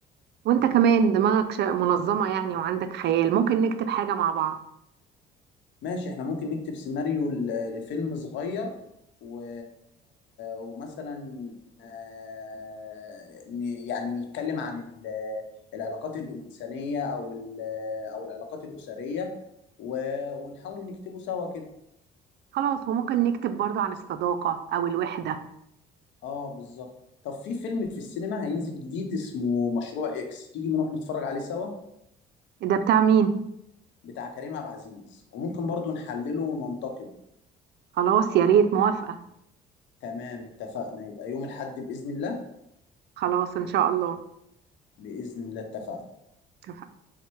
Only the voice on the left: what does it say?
ماشي احنا ممكن نكتب سيناريو ل- لفيلم صغير و... ومثلا آه، ن- يعني نتكلم عن ال- العلاقات الإنسانية أو ال- أو العلاقات الأسرية و... ونحاول نكتبه سوا كده
اه بالظبط طب في فيلم في السينما هينزل جديد اسمه مشروع اكس تيجي نروح نتفرج عليه سوا
بتاع كريم عبد العزيز وممكن برضو نحلله وننتقده
تمام اتفقنا يبقى يوم الحد بإذن الله
بإذن الله اتفقنا